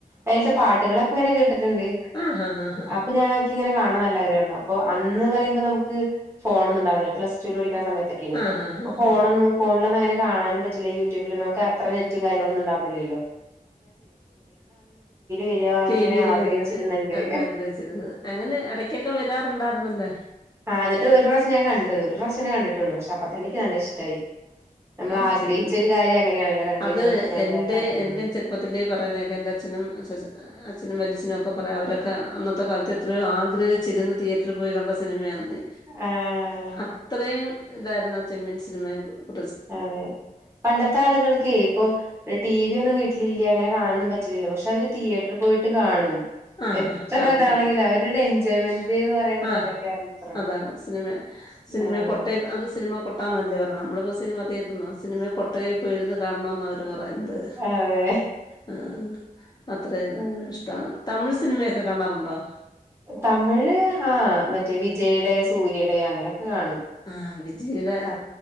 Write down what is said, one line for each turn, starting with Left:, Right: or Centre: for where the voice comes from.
Right: അയ്ലത്തെ പാട്ടുകളൊക്കെ ഇങ്ങനെ കേട്ടിട്ടുണ്ട്.
Left: ആ ആ ഹാ ഹാ ഹാ
Right: അപ്പ് ഞാൻ ക്ക് ഇങ്ങനെ കാണാൻ നല്ല ആഗ്രഹാര്ന്ന് അപ്പോ ആ ന്ന് പറയുമ്പ നമുക്ക് ഫോണൊന്നും ഉണ്ടാവില്ല പ്ലസ് റ്റൂല് പഠി ചെല സമയത്തേക്ക്നി
Left: ആ ഹാ ഹാ
Right: ഇപ്പ ഫോണൊന്നും
Left: ഹാ
Right: ഫോണിലന്നങ്ങനെ കാണാനും പറ്റില്ല യൂടൂബില നമുക്ക് അത്ര നെറ്റും കാര്യങ്ങളൊന്നുംണ്ടാർന്നില്ലല്ലോ വരികാന്ന്
Left: ടി
Right: ഇങ്ങനെ
Left: വിയില്
Right: ആഗ്രഹിച്ചിരുന്നുണ്ട്
Left: വരുന്ന അന്ന് ആഗ്രഹിച്ചിരുന്നു അങ്ങനെ എടക്കൊക്കെ വരാറുണ്ടായിരുന്നല്ലാ
Right: ആഹ് എന്നിട്ട് ഒരു പ്രാവശം ഞാൻ കണ്ടു ത് ഒരു പ്രാവശ ന്നെ കണ്ടിട്ടൊള്ളൂ. പഷെ അപ്പത്തന്നെ നിക്ക് നല്ല ഇഷ്ടായി. നമ്മൾ
Left: അ ആ
Right: ആഗ്രഹിച്ച
Left: ചെന്ന
Right: ഒരു കാര്യം അങ്ങനെയാണല്ലോ കണ്ട്
Left: അത്
Right: കഴിഞ്ഞാൽ നമുക്ക് നല്ല
Left: എന്റെ
Right: താല്പര്യം
Left: എൻ്റെ
Right: തോന്നും
Left: ചെറുപ്പത്തിലേ പറയുന്നകേക്കാം എൻ്റഛനും അച്ഛാഛ ആ അ അച്ഛനും വല്യഛനൊക്ക പറയാ അവരൊക്ക അ അന്നത്തെ കാലത്ത് എത്രയോ ആഗ്രഹിച്ചിരുന്നു തിയേറ്ററിൽ പോയി കണ്ട സിനിമയാണ്. നി
Right: ആഹ്
Left: അത്രയും ഇതാര്ന്ന ചെമ്മീൻ സിനിമയെ കു
Right: അതെ പണ്ടത്തെ ആളുകൾക്കെ ഇപ്പൊ ടി വി ഒന്നും വീ വീട്ടിലില്യാ അങ്ങനെ കാണാനൊന്നും പ റ്റില്ല പക്ഷെ അവര് തിയേറ്ററി പോയിട്ട് കാണും.
Left: ആഹ്
Right: എത്ര
Left: ആഹ് കാണും
Right: ഇതാണെങ്കിലും
Left: കാണും
Right: അവരുടെ എൻജോയ്മെന്റ്ന്ന് പറയണത്
Left: ആഹ്
Right: അതൊക്കെയത്ര
Left: അതാണ് സിനിമ സിനിമ
Right: ആഹ്
Left: കൊട്ടയി അന്ന് സിനിമ കൊട്ടാന്നല്ലേ നമ്മളിപ്പോ സിനിമ തീയറ്ററന്ന സിനിമ കൊട്ടെ പോയിരുന്ന് കാണണം എന്ന് അവര് പറഞ്ഞ ഇപ്പോ എന്ത്
Right: അതെ
Left: ആ അത്രയന്നു
Right: ഉം
Left: ഇഷ്ടാണ്. തമിഴ് സിനിമയൊക്കെ കാണാറുണ്ടോ
Right: തമിഴ് ആ മറ്റേ വിജയിയുടെ സൂര്യയുടെ അങ്ങനെ കാണും
Left: ആഹ് വിജയുടെ
Right: ആ